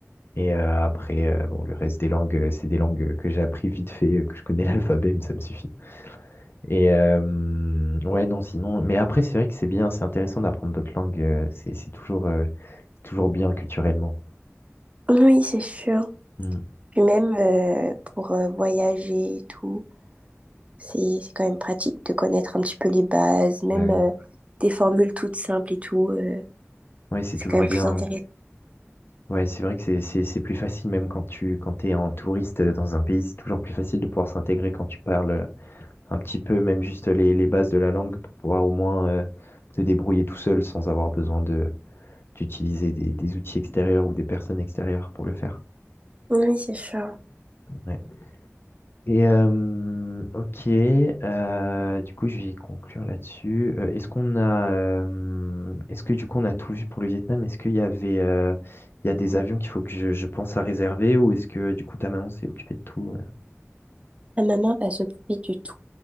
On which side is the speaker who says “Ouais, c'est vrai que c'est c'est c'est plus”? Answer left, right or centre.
Left